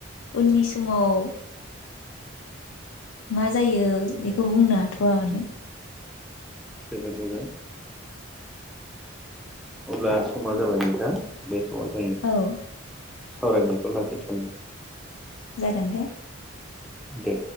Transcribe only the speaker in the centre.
जोबोद मोजां अब्ला समा जाबाय बिदिब्ला
सावरायनायखौ लाखिथ'
दे।